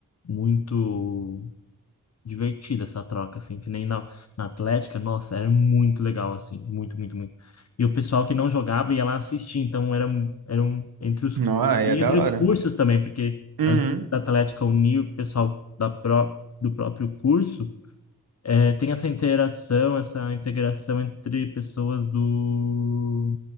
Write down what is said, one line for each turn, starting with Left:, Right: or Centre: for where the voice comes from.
Left: muito. divertida essa troca, assim, que nem na, na Atlética, nossa, era muito legal, assim, muito, muito, muito. E o pessoal que não jogava ia lá assistir, então era, um- era um, entre os,
Right: Não, é
Left: e
Right: da
Left: entre
Right: hora.
Left: os cursos também, porque
Right: Uhum,
Left: além da Atlética unir o pessoal da pró, do próprio curso, é, tem essa interação, essa integração entre pessoas do...